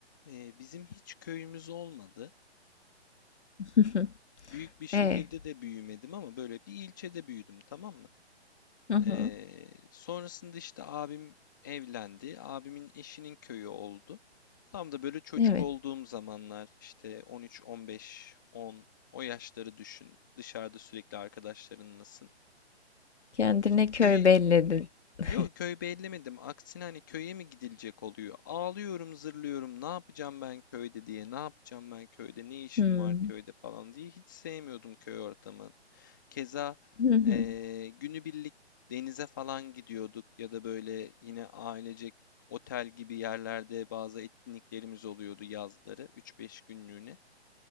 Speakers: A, on the left (about 15°); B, on the left (about 80°).
A: Ee, bizim hiç köyümüz olmadı.
B: Hı hı.
A: Büyük bir şehirde
B: E,
A: de büyümedim ama böyle bir ilçede büyüdüm, tamam mı?
B: hı hı.
A: Ee, sonrasında işte abim evlendi. Abimin eşinin köyü oldu. Tam da böyle çocuk
B: Evet,
A: olduğum zamanlar işte 13, 15, 10 o yaşları düşün. Dışarıda sürekli arkadaşlarınlasın.
B: kendine
A: İşte
B: köy
A: köye
B: belledin. <laughs>
A: Yok köy bellemedim. Aksine hani köye mi gidilecek oluyor? Ağlıyorum, zırlıyorum. Ne yapacağım ben köyde diye. Ne yapacağım ben köyde? Ne işim
B: Hmm.
A: var köyde falan diye. Hiç sevmiyordum köy ortamını. Keza
B: Hı hı.
A: eee günübirlik denize falan gidiyorduk ya da böyle yine ailecek otel gibi yerlerde bazı etkinliklerimiz oluyordu yazları 3-5 günlüğüne.